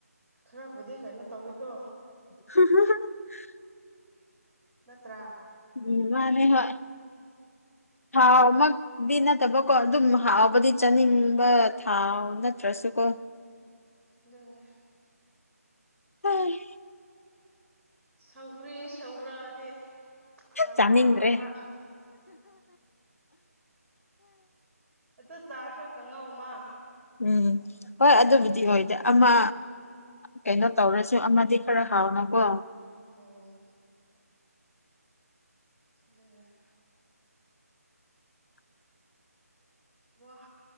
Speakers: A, in the centre; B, on the left.
A: ꯈꯔꯕꯨꯗꯤ ꯀꯩꯅꯣ ꯇꯧꯋꯤꯀꯣ
B: <inaudible>
A: ꯅꯠꯇ꯭ꯔꯥ
B: ꯎꯝ ꯃꯥꯟꯅꯦ ꯍꯣꯏ ꯊꯥꯎ ꯃꯛ ꯗꯤ ꯅꯠꯇꯕꯀꯣ ꯑꯗꯨꯝ ꯍꯥꯎꯕꯗꯤ ꯆꯥꯅꯤꯡꯕ ꯊꯥꯎ ꯅꯠꯇ꯭ꯔꯁꯨ ꯀꯣ
A: ꯗꯨꯅꯦ
B: ꯍꯩ
A: ꯁꯧꯒ꯭ꯔꯤ ꯁꯧꯒ꯭ꯔꯥꯗꯤ ꯌꯥꯝ
B: ꯆꯥꯅꯤꯡꯗ꯭ꯔꯦ
A: ꯄꯥꯝꯗꯕ ꯑꯗꯨ ꯆꯥꯔꯁꯨ ꯀꯪꯉꯧ ꯑꯃ
B: ꯎꯝ ꯍꯣꯏ ꯑꯗꯨꯕꯨꯗꯤ ꯑꯣꯏꯗ ꯑꯃ ꯀꯩꯅꯣ ꯇꯧꯔꯁꯨ ꯑꯃꯗꯤ ꯈꯔ ꯍꯥꯎꯅꯀꯣ
A: ꯎꯝ ꯑꯗꯨꯅꯦ ꯋꯥ